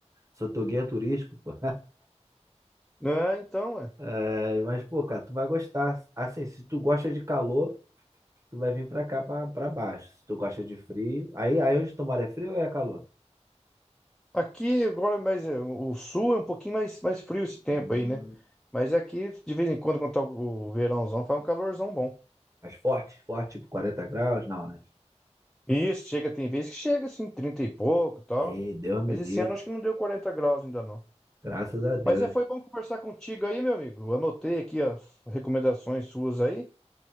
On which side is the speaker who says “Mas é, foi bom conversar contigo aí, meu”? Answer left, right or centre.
Centre